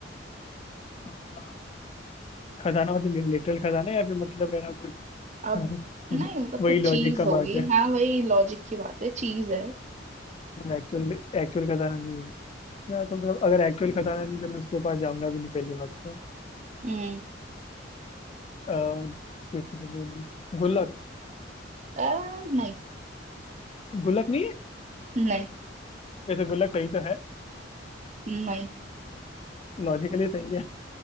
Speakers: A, on the left; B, on the right.
A: अच्छा खजाना मतलब लिटरल खजाना या फिर मतलब है ना कुछ <laughs>
B: अब नहीं
A: उस-
B: मतलब
A: वही
B: कुछ
A: लॉजिक
B: चीज
A: का
B: होगी
A: बात है
B: हाँ वही लॉजिक की बात है चीज है
A: एक्चुअल एक्चुअल खजाना नहीं है या तो मतलब अगर एक्चुअल खजाना नहीं तो मैं उसके पास जाऊंगा भी नहीं पहली बात तो
B: हम्म
A: अ, फिर तो मतलब गुल्लक
B: अ, नहीं
A: गुल्लक नहीं है
B: नहीं
A: वैसे गुल्लक सही तो है
B: नहीं
A: लॉजिकली सही है